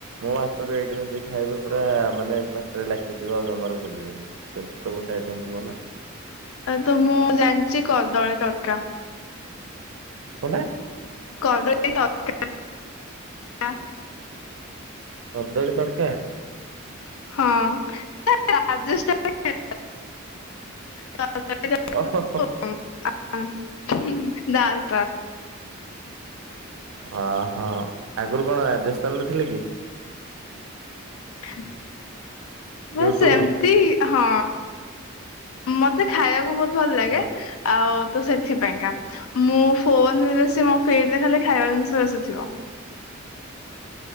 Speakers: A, on the right; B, on the left.
A: ମୋ ଏଇଟ ଯଦି ଖାଇବେ ପୁରା ମାନେ ପାଟିରେ ଲାଖିଯିବ ଆଉ ଜମାରୁ ଭୁଲିବେନି ଏମିତି ତ ଗୋଟେ ଆଇଟମ ଥିବ। କଣ ନା।
B: ଆ ତ ମୁଁ ଜାଣିଛି କଦଳୀ ତଡକା।
A: କଣଟା
B: କଦଳୀ <inaudible>
A: କଦଳୀ ତଡକା।
B: ହଁ ଏଇଟା ରାଜସ୍ଥାନୀ ଖାଇବା। ହୁଁ
A: ଓହୋ।
B: <inaudible>
A: ଅହଁ ଆଗରୁ କଣ ରା ରାଜସ୍ଥାନରେ ଥିଲେ କି?
B: <unintelligible> ବାସ
A: ୟୁଟ୍ୟୁବରୁ?
B: ଏମତି ହଁ। ମୋତେ ଖାଇବାକୁ ବହୁତ୍ ଭଲ ଲାଗେ
A: ଅ
B: ଆଉ ତ ସେଥିପାଇଁକା ମୁଁ ଫୋନରେ ସେ ମୋ ଫିଡ ରେ ଖାଲି ଖାଇବା ଜିନିଷ ଆସୁଥିବ। <unintelligible>